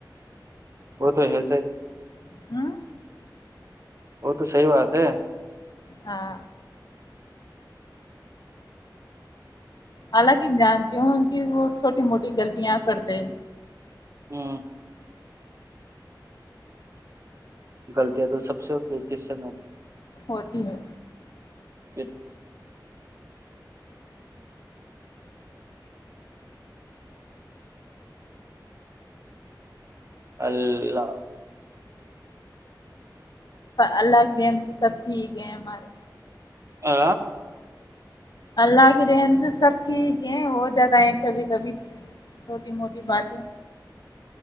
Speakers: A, on the right (about 40°); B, on the left (about 60°).
A: وہ تو ہے صی
B: ہوں
A: وہ تو صحیح بات ہے
B: ہاں حالانکہ جانتی ہوں کہ وہ چھوٹی موٹی غلطیاں کرتے
A: ہوں غلطیاں تو سب سے ہوتی ہے
B: ہوتی ہے
A: ہوتی پھر اللہ
B: اللہ کے رحم سے سب ٹھیک ہے ہمارے
A: آ
B: اللہ کے رحم سے سب ٹھیک ہیں ہو جاتا ہے کبھی کبھی چھوٹی موٹی باتیں